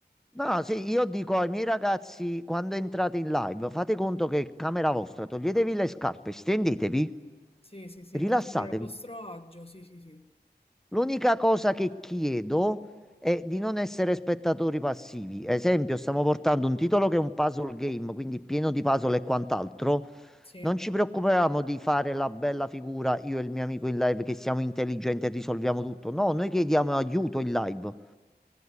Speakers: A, in the centre; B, on the left.
A: No, sì, io dico ai miei ragazzi, quando entrate in live, fate conto che è camera vostra, toglietevi le scarpe, stendetevi,
B: Sì, sì, sì,
A: rilassatevi.
B: metterli a vostro agio, sì, sì, sì,
A: L'unica cosa che chiedo è di non essere spettatori passivi. Esempio, stiamo portando un titolo che è un puzzle game, quindi pieno di puzzle e quant'altro.
B: sì.
A: Non ci preoccupiamo di fare la bella figura, io e il mio amico in live, che siamo intelligenti e risolviamo tutto. No, noi chiediamo aiuto in live.